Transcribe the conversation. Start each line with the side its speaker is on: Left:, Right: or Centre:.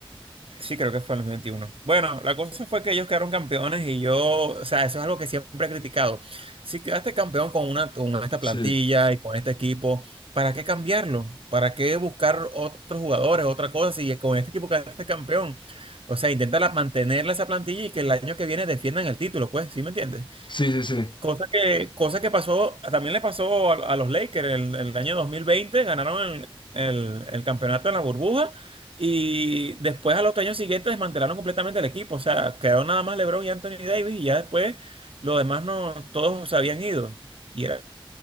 Right: Sí, creo que fue en el 21. Bueno, la cosa fue que ellos quedaron campeones y yo, o sea, eso es algo que siempre he criticado. Si quedaste campeón con una, con esta plantilla
Left: Sí,
Right: y con este equipo, ¿para qué cambiarlo? ¿Para qué buscar otros jugadores, otra cosa? Si con este equipo quedaste campeón. O sea, intenta la- mantenerla esa plantilla y que el año que viene defiendan el título, pues, ¿sí me entiendes?
Left: sí, sí, sí.
Right: Cosa que, cosa que pasó, también le pasó a, a los Lakers el, el año 2020, ganaron el, el- el campeonato en la burbuja y después a los años siguientes desmantelaron completamente el equipo, o sea, quedaron nada más LeBron y Anthony Davis y ya después los demás no, todos se habían ido. Y era,